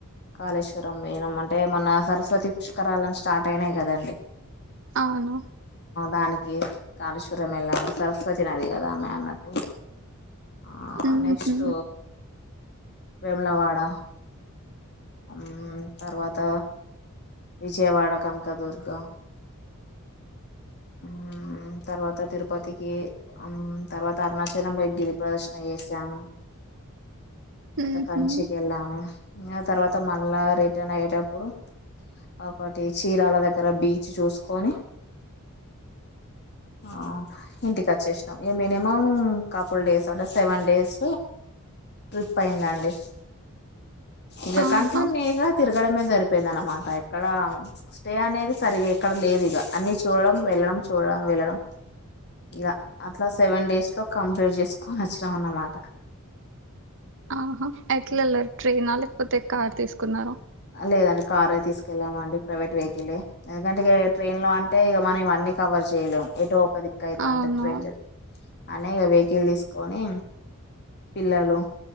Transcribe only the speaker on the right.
అవును
ఉహు
ఉహు
ఆహా
ఆహా ఎట్ల వెళ్లరు ట్రైన లేకపోతే కార్ తీసుకున్నారు
అవును